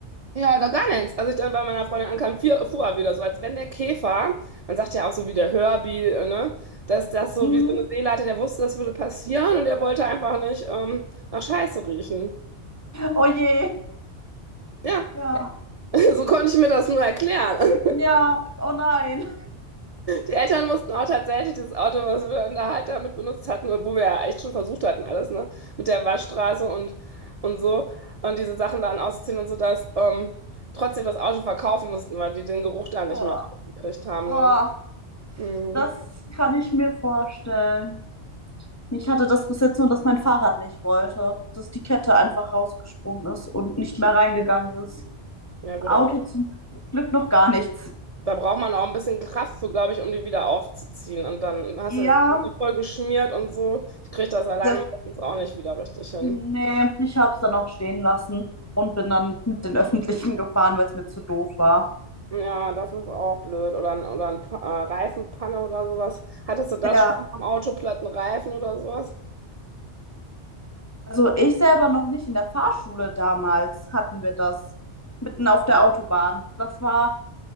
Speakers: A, on the right; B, on the left.
A: Ja, da gar nichts. Als ich dann bei meiner Freundin ankam, fiel- fuhr er wieder so, als wenn der Käfer, man sagt ja auch so wie der Herbie, äh, ne, dass das so
B: Mhm.
A: wie so eine Seele hatte, der wusste, das würde passieren und er wollte einfach nicht ähm, nach Scheiße riechen.
B: Oh je.
A: Ja,
B: Ja.
A: <laughs> so konnte ich mir das nur erklären.
B: Ja. Oh nein.
A: Die Eltern mussten auch tatsächlich dieses Auto, was wir dann da halt damit benutzt hatten, wo wir ja echt schon versucht hatten, alles, ne? Mit der Waschstraße und, und so. Und diese Sachen dann auszuziehen und so, dass ähm, trotzdem das Auto verkaufen mussten, weil die den Geruch da nicht
B: Oh.
A: mehr rausgekriegt haben,
B: Oh,
A: ne? Mhm.
B: das kann ich mir vorstellen. Ich hatte das bis jetzt nur, dass mein Fahrrad nicht wollte, dass die Kette einfach rausgesprungen ist und nicht mehr reingegangen ist.
A: Ja, gut,
B: Auto
A: aber
B: zum Glück noch gar nichts.
A: da braucht man auch ein bisschen Kraft für, glaube ich, um die wieder aufzuziehen. Und dann hast
B: Ja,
A: du die Hände voll geschmiert und so. Ich kriege das alleine
B: das,
A: meistens auch nicht wieder richtig hin.
B: nee, ich habe es dann auch stehen lassen und bin dann mit den Öffentlichen gefahren, weil es mir zu doof war.
A: Ja, das ist auch blöd. Oder, ein- oder ein Pa- äh, Reifenpanne oder sowas. Hattest du das
B: Ja.
A: schon mal am Auto, platten Reifen oder sowas?
B: Also ich selber noch nicht. In der Fahrschule damals hatten wir das. Mitten auf der Autobahn. Das war